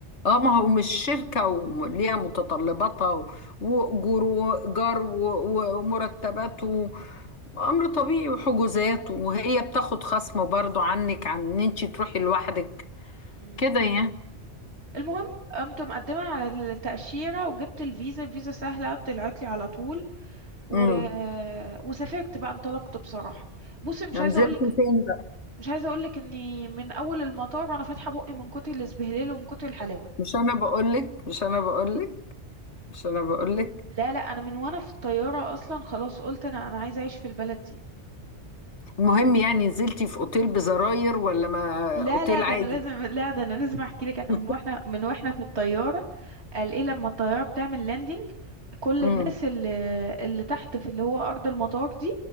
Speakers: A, on the left; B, on the right.
A: اه ما هو مش شركة وليها متطلباتها و- وأجور وإيجار و- و- ومرتبات و- امر طبيعي وحجوزات وهي بتاخد خصم برضو عنك عن ان انت تروحي لوحدك
B: مم.
A: كده يعني
B: المهم قمت مقدمة على التأشيرة وجبت الفيزا الفيزا سهلة طلعت لي على طول و...
A: امم
B: وسافرت بقى انطلقت بصراحة بصي مش
A: نزلتي
B: عايزة اقولك
A: فين بقى
B: مش عايزة اقولك اني من اول المطار وانا فاتحة بقي من كتر الاسبهلال ومن كتر الحلاوة
A: مش انا بقولك مش انا بقولك مش انا بقولك
B: لا لا انا من وانا في الطيارة اصلا خلاص قلت انا انا عايزة اعيش في البلد دي
A: المهم يعني نزلتي في اوتيل بزراير ولا ما
B: لا
A: اوتيل
B: لا ده
A: عادي
B: انا لازم لا ده انا لازم احكي لك احنا
A: <laughs>
B: من واحنا من واحنا في الطيارة قال ايه لما الطيارة بتعمل لاندنج كل
A: امم
B: الناس اللي اللي تحت في اللي هو ارض المطار دي